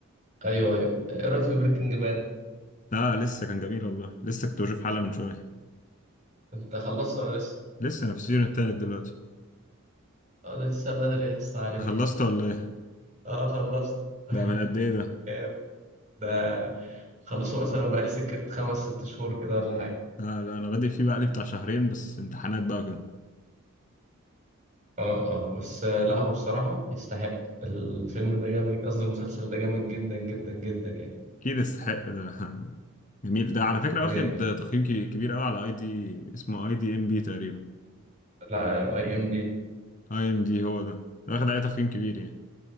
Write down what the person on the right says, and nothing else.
ايوه ايوه ايه رايك في بريكنج باد
انت خلصت ولا لسه
اه ده لسه بدري يا اسطى عليه
اه خلصت <laughs>
جامد. ده خلصه مثلا بقالي سكه خمس ست شهور كده ولا حاجه
اه اه بس آه، لا هو بصراحة يستحق الفيلم ده جامد قصدي المسلسل ده جامد جدا جدا جدا يعني
يعني
لا اي ام دي